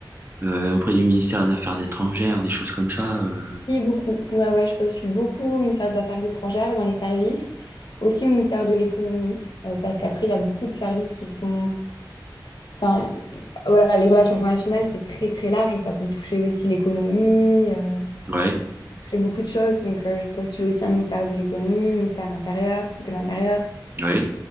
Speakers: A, on the right; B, on the left.
A: euh, auprès du ministère des Affaires étrangères, des choses comme ça? euh,
B: Oui, beaucoup. Ouais, ouais, je postule beaucoup au ministère des Affaires étrangères, dans les services, aussi au ministère de l'économie, euh, parce qu'après, il y a beaucoup de services qui sont... Enfin, voilà, les relations internationales, c'est très, très large. Ça peut toucher aussi l'économie, euh,
A: Ouais.
B: toucher beaucoup de choses. Donc, euh, je postule aussi un ministère de l'économie, ministère intérieur, de l'intérieur.
A: Ouais.